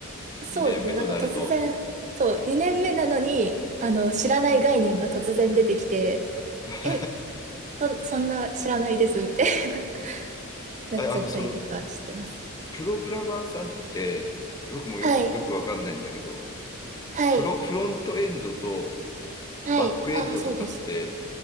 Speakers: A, on the right; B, on the left.
A: <laughs> そうですね。
B: 2年目となると。
A: なんか突然、そう、2年目なのに、あの、知らない概念が突然出てきて、
B: <laughs>
A: え、そ、そんな知らないです、みたいな <laughs> なっちゃったりとかしてます。
B: あ、あの、その、プログラマーさんって、僕もよく、
A: はい、
B: よくわかんないんだけど、
A: はい、
B: フロ、フロントエンドと
A: はい。
B: バックエンドとかって
A: ああ、そうです。